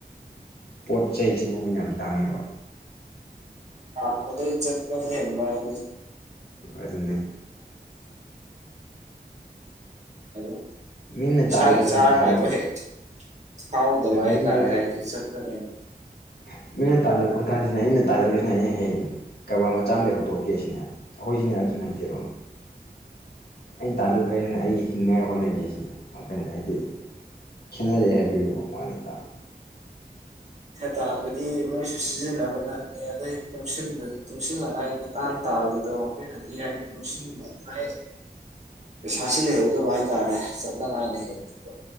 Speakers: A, on the left; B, on the right.
A: ꯄꯣꯠ ꯆꯩꯁꯤ ꯃꯃꯜ ꯌꯥꯝ ꯇꯥꯡꯉꯦꯕ
B: ꯂꯥꯛꯄꯗꯩ ꯆꯠꯄꯅ
A: ꯑꯗꯨꯅ
B: <unintelligible> <unintelligible>
A: ꯃꯤꯅ
B: ꯏꯁꯥꯒꯤ
A: ꯇꯥꯜꯂꯤꯕ ꯈꯨꯊꯥꯡꯁꯤꯅ
B: ꯆꯥꯅꯉꯥꯏ ꯕꯧ ꯍꯦꯛ ꯐꯥꯎꯗꯕ ꯍꯥꯏꯇꯥꯔꯦ
A: ꯃꯤꯅ
B: ꯍꯥꯏꯗꯤ ꯆꯠꯄꯅ ꯍꯦꯟ
A: <unintelligible> ꯈꯨꯠꯇꯥꯟꯁꯤꯅ ꯑꯩꯅ ꯇꯥꯟꯁꯤꯅ ꯑꯩꯩꯅ ꯍꯌꯦꯡ ꯀꯔꯕꯥꯔ ꯃꯆꯥ ꯑꯃꯗꯩ ꯍꯧꯗꯣꯛꯀꯦ ꯁꯤꯅꯦ ꯑꯩꯈꯣꯏꯁꯤꯅꯦ ꯑꯗꯨ ꯅꯠꯇꯦꯕ ꯑꯩꯅ ꯇꯥꯜꯂꯨꯈ꯭ꯔꯁꯤꯅ ꯑꯩ ꯍꯤꯡꯉꯥꯏ ꯍꯣꯠꯅꯒꯦꯁꯤꯅꯦ ꯋꯥꯈꯜꯁꯦ ꯍꯥꯏꯗꯤ ꯈꯦꯠꯅꯔꯦ ꯍꯥꯏꯕꯒꯤ ꯋꯥꯅꯤꯗ
B: ꯇꯥꯟꯕꯗꯤ ꯃꯣꯏꯁꯨ ꯁꯤꯖꯤꯟꯅꯕ ꯅꯪꯉꯦ ꯑꯗꯩ ꯇꯨꯡꯁꯤꯟꯕ ꯇꯨꯡꯁꯤꯜꯅꯉꯥꯏ ꯇꯥꯟ ꯇꯥꯜꯂꯤꯗꯣ ꯑꯩꯈꯣꯏꯅꯗꯤ ꯍꯥꯏꯗꯤ ꯇꯨꯡꯁꯤꯟꯕ ꯃꯥꯏ ꯄꯩꯁꯥꯁꯤ ꯂꯩꯍꯧꯗꯕ ꯍꯥꯏꯇꯥꯔꯦ ꯆꯠꯅꯉꯥꯏꯅ ꯍꯦꯟꯈꯤꯕ